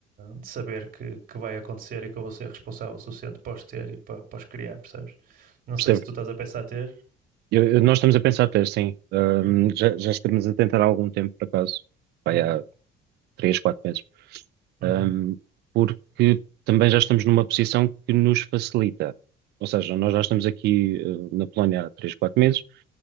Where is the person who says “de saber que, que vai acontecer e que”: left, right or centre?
Right